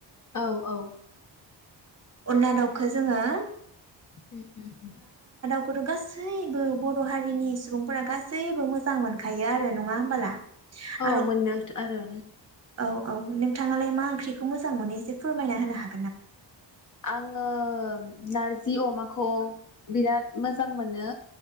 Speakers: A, on the left; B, on the right.
A: औ औ
B: अनला दाउखो जोङो
A: उम उम उम
B: बिखौथ' गासैबो बद हारिनि सुबुंफोरा गासैबो मोजां मोनखायो आरो नङा होमबोला?
A: औ
B: आरो
A: मोननायथ' आरो
B: औ औ नोंथाङालाय मा ओंख्रिखौ मोजां मोनो एसे फोरमायना होनो हा
A: आङो नार जि अमाखौ बिराद मोजां मोनो